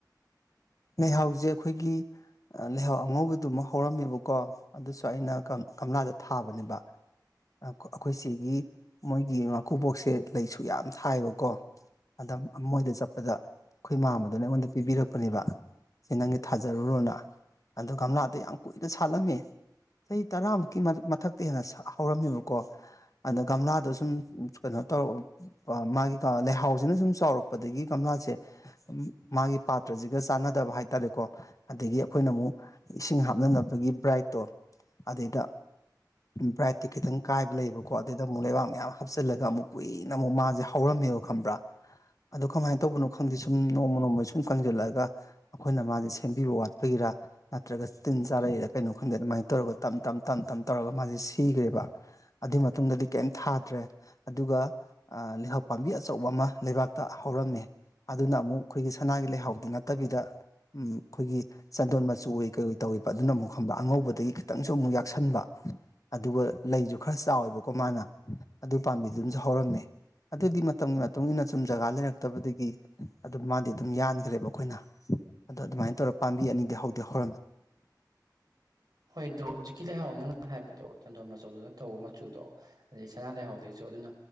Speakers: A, on the left; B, on the right.
A: ꯂꯩꯍꯥꯎꯁꯦ ꯑꯩꯈꯣꯏꯒꯤ ꯂꯩꯍꯥꯎ ꯑꯉꯧꯕꯗꯨꯃ ꯍꯧꯔꯝꯃꯦꯕꯀꯣ ꯑꯗꯨꯁꯨ ꯑꯩꯅ ꯀꯪ ꯀꯪꯂꯥꯗ ꯊꯥꯕꯅꯦꯕ ꯑꯥ ꯑꯩꯈꯣꯏ ꯁꯤꯒꯤ ꯃꯣꯏꯒꯤ ꯃꯀꯨꯕꯣꯛꯁꯦ ꯂꯩꯁꯨ ꯌꯥꯝ ꯊꯥꯏꯌꯦꯕꯀꯣ ꯑꯗ ꯃꯣꯏꯗ ꯆꯠꯄꯗ ꯑꯩꯈꯣꯏ ꯃꯥꯝꯃꯗꯨꯅ ꯑꯩꯉꯣꯟꯗ ꯄꯤꯕꯤꯔꯛꯄꯅꯦꯕ ꯁꯤ ꯅꯪꯒꯤ ꯊꯥꯖꯔꯨꯔꯣꯅ ꯑꯗꯣ ꯒꯝꯂꯥꯗ ꯌꯥꯝ ꯀꯨꯏꯅ ꯁꯥꯠꯂꯝꯃꯦ ꯆꯍꯤ ꯇꯔꯥꯃꯨꯛꯀꯤ ꯃꯥ ꯃꯊꯛꯇ ꯍꯦꯟꯅ ꯍꯧꯔꯝꯃꯦꯕꯀꯣ ꯑꯗ ꯒꯝꯂꯥꯗꯣ ꯁꯨꯝ ꯀꯩꯅꯣ ꯇꯧꯔꯛꯑꯣ ꯃꯥꯒꯤ ꯂꯩꯍꯥꯎꯁꯤꯅ ꯁꯨꯝ ꯆꯥꯎꯔꯛꯄꯗꯒꯤ ꯒꯝꯂꯥꯁꯦ ꯃꯥꯒꯤ ꯄꯥꯇ꯭ꯔꯁꯤꯒ ꯆꯥꯟꯅ ꯇꯥꯕ ꯍꯥꯏ ꯇꯥꯔꯦꯀꯣ ꯑꯗꯒꯤ ꯑꯩꯈꯣꯏꯅ ꯑꯃꯨꯛ ꯏꯁꯤꯡ ꯍꯥꯞꯅꯅꯕꯒꯤ ꯕ꯭ꯔꯥꯏꯠꯇꯣ ꯑꯗꯩꯗ ꯕ꯭ꯔꯥꯏꯠꯇꯤ ꯈꯤꯇꯪ ꯀꯥꯏꯕ ꯂꯩꯌꯦꯕꯀꯣ ꯑꯗꯨꯏꯗ ꯑꯃꯨꯛ ꯂꯩꯕꯥꯛ ꯃꯌꯥꯝ ꯍꯥꯞꯆꯤꯜꯂꯒ ꯑꯃꯨꯛ ꯀꯨꯏꯅ ꯑꯃꯨꯛ ꯃꯥꯁꯦ ꯍꯧꯔꯝꯃꯦꯕ ꯈꯪꯕ꯭ꯔꯥ ꯑꯗꯣ ꯀꯃꯥꯏꯅ ꯇꯧꯕꯅꯣ ꯈꯪꯗꯦ ꯁꯨꯝ ꯅꯣꯡꯃ ꯅꯣꯡꯃ ꯁꯨꯝ ꯀꯪꯖꯜꯂꯛꯑꯒ ꯑꯩꯈꯣꯏꯅ ꯃꯥꯁꯦ ꯁꯦꯝꯕꯤꯕ ꯋꯥꯠꯄꯒꯤꯔꯥ ꯅꯠꯇ꯭ꯔꯒ ꯇꯤꯟ ꯆꯥꯔꯛꯏꯔꯥ ꯀꯩꯅꯣ ꯈꯪꯗꯦ ꯑꯗꯨꯃꯥꯏꯅ ꯇꯧꯔꯒ ꯇꯝ ꯇꯝ ꯇꯝ ꯇꯝ ꯇꯝ ꯇꯧꯔꯒ ꯃꯥꯁꯦ ꯁꯤꯈ꯭ꯔꯦꯕ ꯑꯗꯨꯏ ꯃꯇꯨꯡꯗꯗꯤ ꯀꯩꯝ ꯊꯥꯗ꯭ꯔꯦ ꯑꯗꯨꯒ ꯑꯥ ꯂꯩꯍꯥꯎ ꯄꯥꯝꯕꯤ ꯑꯆꯧꯕ ꯑꯃ ꯂꯩꯕꯥꯛꯇ ꯍꯧꯔꯝꯃꯦ ꯑꯗꯨꯅ ꯑꯃꯨꯛ ꯑꯩꯈꯣꯏꯒꯤ ꯁꯅꯥꯒꯤ ꯂꯩꯍꯥꯎꯗꯤ ꯅꯠꯇꯕꯤꯗ ꯎꯝ ꯑꯩꯈꯣꯏꯒꯤ ꯆꯟꯗꯣꯟ ꯃꯆꯨ ꯑꯣꯏ ꯀꯩ ꯑꯣꯏ ꯇꯧꯋꯦꯕ ꯑꯗꯨꯅ ꯑꯃꯨꯛ ꯈꯪꯕ ꯑꯉꯧꯕꯗꯒꯤ ꯈꯤꯇꯪꯁꯨ ꯑꯃꯨꯛ ꯌꯥꯛꯁꯟꯕ ꯑꯗꯨꯒ ꯂꯩꯁꯨ ꯈꯔ ꯆꯥꯎꯋꯦꯕꯀꯣ ꯃꯥꯅ ꯑꯗꯨ ꯄꯥꯝꯕꯤꯗꯨꯝꯁꯨ ꯍꯧꯔꯝꯃꯦ ꯑꯗꯨꯗꯤ ꯃꯇꯝꯒꯤ ꯃꯇꯨꯡ ꯃꯇꯨꯡꯏꯟꯅ ꯁꯨꯝ ꯖꯒꯥ ꯂꯩꯔꯛꯇꯕꯗꯒꯤ ꯑꯗꯨꯝ ꯃꯥꯗꯤ ꯑꯗꯨꯝ ꯌꯥꯟꯈ꯭ꯔꯦꯕ ꯑꯩꯈꯣꯏꯅ ꯑꯗ ꯑꯗꯨꯃꯥꯏ ꯇꯧꯔꯒ ꯄꯥꯝꯕꯤ ꯑꯅꯤꯗꯤ ꯍꯧꯗꯤ ꯍꯧꯔꯝꯃꯦ
B: ꯍꯣꯏ ꯑꯗꯣ ꯍꯧꯖꯤꯛꯀꯤ ꯂꯩꯍꯥꯎ ꯅꯪꯅ ꯍꯥꯏꯕꯗꯣ ꯆꯟꯗꯣꯟ ꯃꯆꯧꯗꯨꯅ ꯇꯧꯕ ꯃꯆꯨꯗꯣ ꯑꯗꯩ ꯁꯅꯥ ꯂꯩꯍꯥꯎꯗꯩꯁꯨ ꯑꯗꯨꯅ